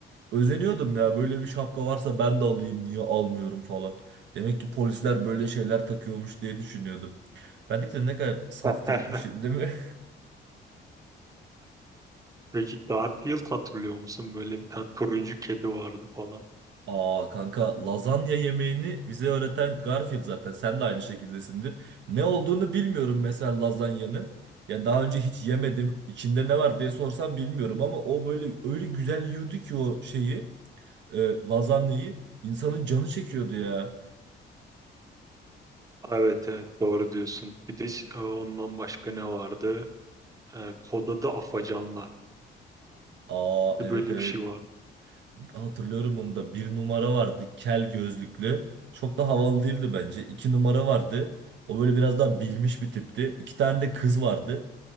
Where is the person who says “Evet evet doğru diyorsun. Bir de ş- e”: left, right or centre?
Right